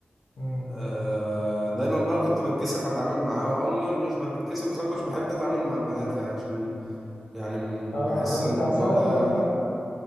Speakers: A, on the left; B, in the centre.
A: امم
B: آه، دايما بقى كنت بتكسف اتعامل معاهم او م- مش بتكسف بس انا كنتش بحب اتعامل مع البنات يعني عشان يعني م-
A: اه
B: بحس
A: ما انا كنت
B: ان الموضوع
A: هسالك
B: ده
A: برضو